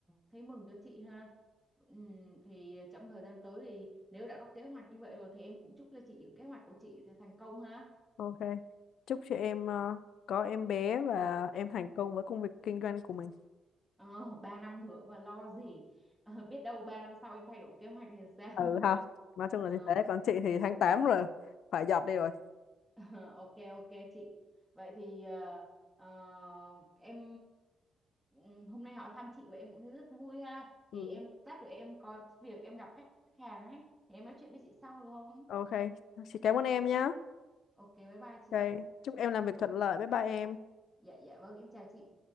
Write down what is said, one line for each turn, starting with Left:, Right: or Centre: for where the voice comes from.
Centre: thấy mừng cho chị ha. Ừ, thì trong thời gian tới thì nếu đã có kế hoạch như vậy rồi thì em cũng chúc cho chị những kế hoạch của chị thành công ha.
Left: Ok. Chúc chị em ờ, có em bé và em thành công với công việc kinh doanh của mình.
Centre: Ờ, 3 năm nữa mà lo gì. Ờ, biết đâu 3 năm sau em thay đổi kế hoạch thì sao? <laughs>
Left: Ừ ha. Nói chung
Centre: Ờ,
Left: là như thế. Còn chị thì tháng 8 rồi. Phải giọt đi rồi.
Centre: <laughs> ok ok chị. Vậy thì ờ, ờ, em ừ, hôm nay hỏi thăm chị vậy em cũng thấy rất vui ha.
Left: Ừ.
Centre: Thì em lát nữa em có việc em gặp khách khách hàng ấy thì em nói chuyện với chị sau được không?
Left: Ok. Chị cảm ơn em nhá.
Centre: Ok bye bye chị
Left: Ok.
Centre: ạ.
Left: Chúc em làm việc thuận lợi. Bye bye em.
Centre: Dạ dạ vâng, em chào chị.